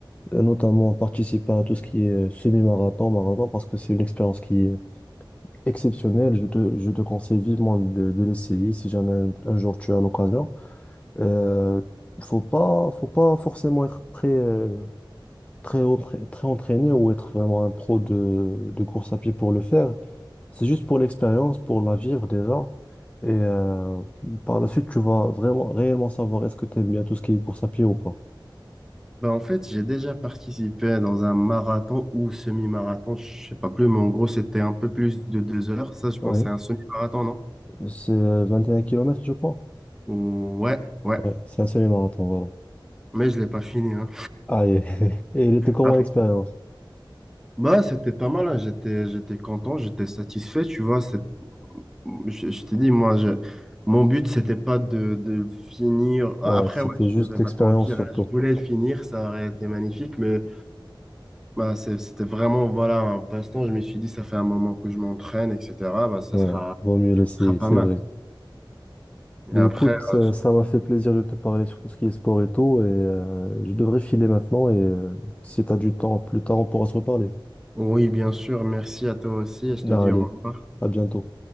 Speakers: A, on the left; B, in the centre.
A: euh, notamment participer à tout ce qui est semi-marathon, marathon, parce que c'est une expérience qui est exceptionnelle. Je te, je te conseille vivement de, de l'essayer si jamais un, un jour tu as l'occasion. Euh, faut pas, faut pas forcément être très euh, très, entra- très entraîné ou être vraiment un pro de, de course à pied pour le faire. C'est juste pour l'expérience, pour la vivre déjà. Et euh, par la suite, tu vas vraiment réellement savoir est-ce que tu aimes bien tout ce qui est course à pied ou pas.
B: Ben, en fait, j'ai déjà participé dans un marathon ou semi-marathon, je sais pas plus, mais en gros, c'était un peu plus de deux heures. Ça, je pense,
A: Oui,
B: c'est un semi-marathon, non?
A: c'est euh, 21 km, je crois.
B: Ouais, ouais.
A: Ouais, c'est un semi-marathon, voilà.
B: Mais je l'ai pas fini, hein.
A: Ah, et, <laughs> et il était comment
B: <laughs>
A: l'expérience?
B: Bah, c'était pas mal, hein. J'étais, j'étais content, j'étais satisfait, tu vois. c'est- Je, je t'ai dit, moi, je- mon but, c'était pas de, de finir. Après,
A: Ouais, c'était
B: ouais,
A: juste
B: je ne vais pas
A: l'expérience
B: te mentir,
A: surtout.
B: hein, Je voulais finir, ça aurait été magnifique, mais bah, c'est- c'était vraiment, voilà, un passe-temps. Je me suis dit, ça fait un moment que je m'entraîne, etc. Bah, ça
A: Ouais,
B: sera,
A: vaut mieux l'essayer,
B: ça sera pas
A: c'est
B: mal.
A: vrai.
B: Mais
A: Ben
B: après,
A: écoute,
B: euh,
A: euh,
B: je-
A: ça m'a fait plaisir de te parler sur tout ce qui est sport et tout, et euh, je devrais filer maintenant, et euh, si t'as du temps plus tard, on pourra se reparler.
B: oui, bien sûr, merci à toi aussi et je te
A: Allez,
B: dis au revoir.
A: à bientôt.